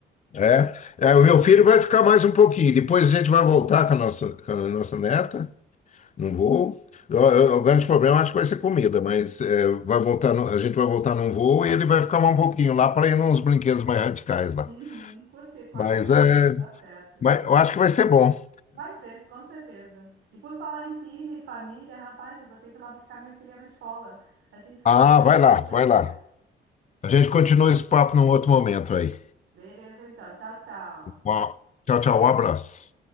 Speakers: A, on the left; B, on the right.
A: É, é, o meu filho vai ficar mais um pouquinho. Depois a gente vai voltar com a nossa, com a nossa neta, num voo. O, o- o grande problema acho que vai ser comida, mas é, vai voltar no- a gente vai voltar num voo e ele vai ficar mais um pouquinho lá para ir nos brinquedos mais radicais lá.
B: Uhum, curtir com
A: Mas,
B: a, com a esposa,
A: é,
B: tá certo.
A: mas eu acho que vai ser bom.
B: Vai ser, com certeza. E por falar em filha e família, rapaz, eu vou ter que ir lá buscar minha filha na escola. A gente conversa
A: Ah,
B: depois,
A: vai lá,
B: pode
A: vai
B: ser?
A: lá. A gente continua esse papo num outro momento aí.
B: Beleza, então. Tchau, tchau.
A: Uau. Tchau, tchau, um abraço.